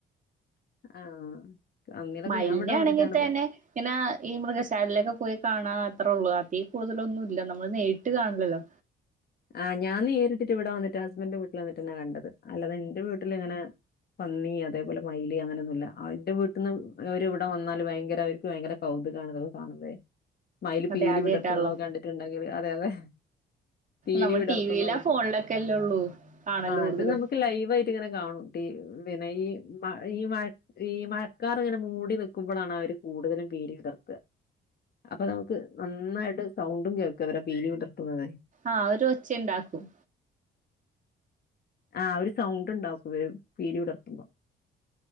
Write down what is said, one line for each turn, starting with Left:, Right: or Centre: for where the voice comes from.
Left: ആഹ് അന്നിലൊക്കെ
Right: മയിൽനെ
Left: ഞാൻ ഇവിടെ
Right: ആണെങ്കി
Left: വന്നിട്ടാണ്
Right: തന്നെ പിന്നാ ഈ മൃഗശാലയിലൊക്കെ പോയി കാണാ അത്രൊള്ളൂ അതീ കൂടുതലൊന്നുല്ല നമ്മള് നേരിട്ട് കാൺലല്ലോ
Left: ആ ഞാൻ നേരിട്ടിട്ട് ഇവിടെ വന്നിട്ടാ ഹസ്ബൻ്റിന്റെ വീട്ട്ല് വന്നിട്ടന്നെ കണ്ടത് അല്ലാതെ എന്റെ വീട്ടില്ങ്ങനെ പന്നി അതേപോലെ മൈല് അങ്ങനൊന്നുല്ല എന്റെ വീട്ട്ന്ന് അവര് ഇവ്ടെ വന്നാല് ഭയങ്കര അവർക്ക് ഭയങ്കര കൗതുകാണ് ഇതൊക്കെ കാണുമ്പഴേ മൈൽപീലി
Right: അതെ ആദ്യായിട്ടാണല്ലോ
Left: വിടർത്തുന്നതൊക്കെ കണ്ടിട്ടുണ്ടെങ്കില് അതെ അതെ പീലി
Right: നമ്മൾ
Left: വിടർത്തുന്നതൊക്കെ
Right: ടി വിയിലാ ഫോണിലൊക്കെല്ലേ ഉള്ളൂ കാണല് കൂടുതലും
Left: അത് നമുക്ക് ലൈവായിട്ട്ങ്ങനെ കാണും ടീ പിന്നെ ഈ മ ഈ മഴ ഈ മഴക്കാറ്ങ്ങനെ മൂടിനിക്കുമ്പളാണ് അവര് കൂടുതലും പീലി വിടർത്ത അപ്പോ നമുക്ക് നന്നായിട്ട് സൗണ്ടും കേൾക്കാം അവരെ പീലി വിടർത്തുന്നത്
Right: ആ ഒരു ഒച്ചയുണ്ടാക്കും
Left: ആ ഒരു സൗണ്ട്ണ്ടാക്കും ഇവര് പീലി വിടർത്തുമ്പോ